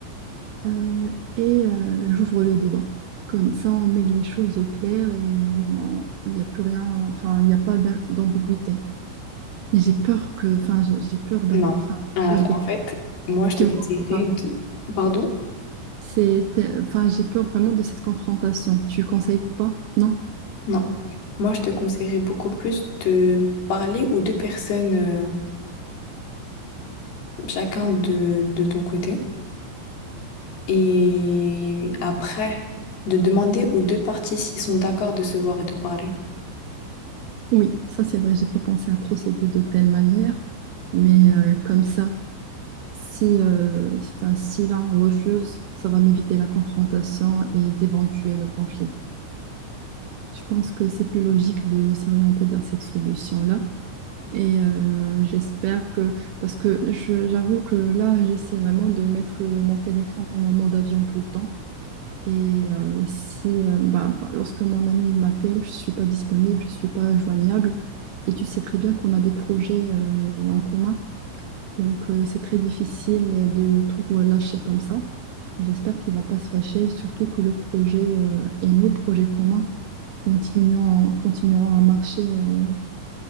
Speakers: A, on the right (about 80°); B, on the left (about 55°).
A: Euh, et euh, j'ouvre le débat. Comme ça, on met les choses au clair et on- il n'y a plus rien, enfin, il n'y a pas d'am- d'ambiguïté. Mais j'ai peur que, enfin, j'ai j'ai peur d'avoir,
B: Non.
A: enfin,
B: Alors,
A: peur des...
B: en fait, moi, je
A: Tu
B: te conseillerais
A: me conseilles pas.
B: de... Pardon?
A: C'est, t'es- enfin, j'ai peur vraiment de cette confrontation. Tu conseilles pas? Non?
B: Non. Moi, je te conseillerais beaucoup plus de parler aux deux personnes, euh, chacun de, de ton côté. Et après, de demander aux deux parties s'ils sont d'accord de se voir et de parler.
A: Oui, ça c'est vrai, j'ai pas pensé à procéder de telle manière, mais euh, comme ça, si, euh, enfin, si l'un refuse, ça va m'éviter la confrontation et d'éventuels conflits. Je pense que c'est plus logique de s'orienter vers cette solution-là. Et euh, j'espère que, parce que je- j'avoue que là, j'essaie vraiment de mettre euh, mon téléphone en mode avion tout le temps. Et euh, si, euh, bah, bah, lorsque mon ami m'appelle, je ne suis pas disponible, je ne suis pas joignable. Et tu sais très bien qu'on a des projets euh, en commun. Donc, euh, c'est très difficile de tout lâcher comme ça. J'espère qu'il ne va pas se fâcher, et surtout que le projet euh, et nos projets communs continueront, continueront à marcher. euh,